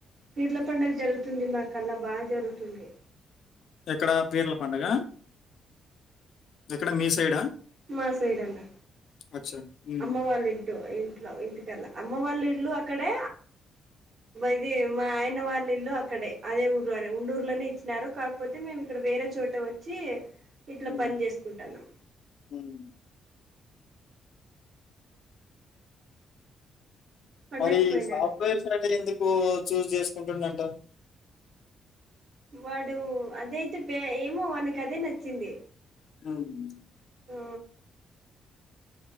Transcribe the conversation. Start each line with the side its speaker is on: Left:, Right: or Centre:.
Right: పీర్ల పండుగ జరుగుతు తుంది నాకల్లా బా జరుగుతుంది
Left: ఎక్కడా పీర్ల పండుగ ఎక్కడ మీ సైడా
Right: మా సైడన్న
Left: అచ్చా! హ్మ్.
Right: అమ్మ వాళ్ళ ఇట్ ఇంట్లో ఇంటికెళ్ళ అమ్మ వాళ్ళు ఇల్లు అక్కడే ఇది మా ఆయన వాళ్ళ ఇల్లు అ అక్కడే అదే ఊర్లోనే ఉండూర్లోనే ఇచ్చినారు కాకపోతే మేము ఇక్కడ వేరే చోట వచ్చి ఇట్లా
Left: హ్మ్.
Right: పని చేసుకుంటాన్నాం
Left: హ్మ్.
Right: పండక్కి
Left: మరి
Right: పోయినాడు
Left: సాఫ్ట్వేర్స్ సైడే ఎందుకు చూజ్ చేసుకుంటుందంట
Right: వాడు అదయితే ఏమో వానికి అదే నచ్చింది
Left: హ్మ్
Right: ఆ